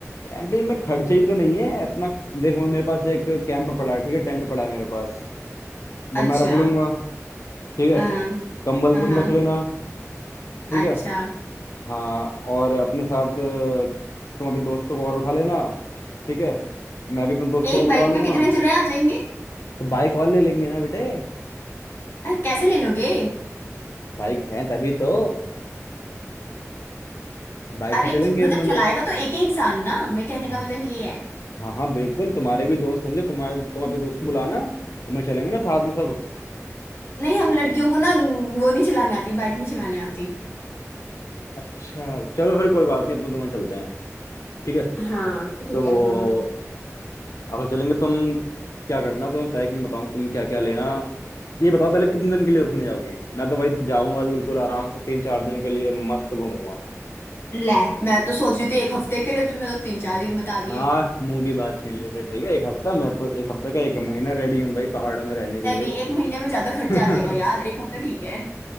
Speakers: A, on the left; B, on the left.
A: कैंपिंग में खर्चा ही तो नहीं है अपना देखो मेरे पास एक कैंप पड़ा है ठीक है टेंट पड़ा है मेरे पास वो
B: अच्छा
A: मैं रख लूंगा ठीक
B: हाँ
A: है कंबल
B: हाँ
A: तुम
B: हाँ,
A: रख लेना ठीक
B: अच्छा
A: है हाँ और अपने साथ अ, तुम अपने दोस्तों को और उठा लेना ठीक है मैं भी अपने दोस्तों
B: एक
A: को
B: बाइक
A: बुला लूंगा
B: पे कितने जने आ जाएंगे
A: तो बाइक और ले लेंगे ना बेटे
B: अरे कैसे ले लोगे
A: बाइक है तभी तो बाइक
B: अरे
A: से चलेंगे
B: मतलब
A: अपने लोग
B: चलाएगा तो एक ही इंसान ना मैं कहने
A: हाँ
B: का मतलब ये है
A: हाँ हाँ, बिल्कुल तुम्हारे भी दोस्त होंगे तुम्हारे तुम अपने दोस्त को बुलाना तो मैं चलेंगे ना साथ में सब
B: नहीं हम लड़कियों को ना वो नहीं चलाने आती बाइक नहीं चलाने आती
A: अच्छा चलो फिर कोई बात नहीं अपन दोनों चलते हैं ठीक है
B: हाँ फिर ठीक
A: तो
B: है हम्म
A: अपन चलेंगे तुम क्या करना तुम्हें पैकिंग बताऊँ तुम क्या क्या लेना ये बताओ पहले कितने दिन के लिए उसने जाओगी मैं तो भाई जाऊंगा तो बिल्कुल आराम से तीन चार दिन के लिए मस्त घूमूंगा
B: ले मैं तो सोच रही थी एक हफ्ते के लिए तूने तो तीन चार दिन बता
A: हाँ
B: दिए
A: मुंह की बात छीन ली फिर सही है एक हफ्ता मैं तो एक हफ्ते का एक महीना रेडी हूँ भाई पहाड़ में रहने के
B: नहीं
A: लिए
B: नहीं एक महीने में ज्यादा खर्चा
A: <laughs>
B: आ जाएगा यार एक हफ्ता ठीक है